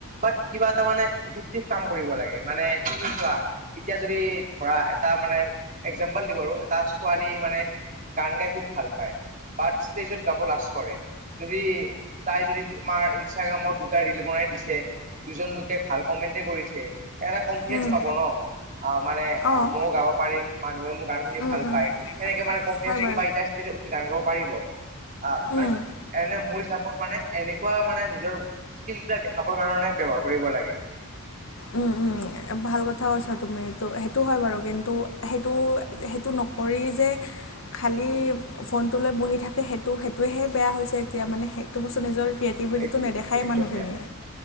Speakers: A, on the right; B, on the left.
A: বাত কিবা এটা মানে ইফেক্টি কাম কৰিব লাগে, মানে তুমি চোৱা এতিয়া যদি ধৰা এটা মানে একজাম্পল দিওঁ বাৰু এটা ছোৱালী মানে গান গাই খুব ভাল পায় বা ষ্টেজত গাব লাজ কৰে, যদি তাই যদি তোমাৰ ইনষ্টাগ্ৰামত দুটা ৰিল বনাই দিছে দুজন লোকে ভাল কমেণ্টেই কৰিছে তাৰে কনফিডেঞ্চ
B: উম,
A: পাব ন। অ মানে
B: অঁ
A: অ মইও গাব পাৰিম, মানুহে মোৰ গান শুনি
B: উম,
A: ভাল
B: উম,
A: পায়। সেনেকে মানে কনফিডেটো
B: হয় বাৰু।
A: পাই উঠি গান গাব পাৰিব। আহ
B: উম,
A: মানে এনে মোৰ হিচাপত মানে এনেকুৱা মানে নিজৰ স্কিলতা দেখাবৰ কাৰণে ব্যৱহাৰ কৰিব লাগে।
B: উম, উম, ভাল কথা কৈছা তুমিটো সেইটো হয় বাৰু। কিন্তু সেইটো সেইটো নকৰি যে খালী ফোনটো লৈ বহি থাকে সেইটো সেইটোহে বেয়া হৈছে এতিয়া মানে সেইটো বস্তু নিজৰ <unintelligible>
A: এইটো
B: নেদেখায়
A: এইটো একদম
B: মানুহখিনিয়ে
A: বেয়া।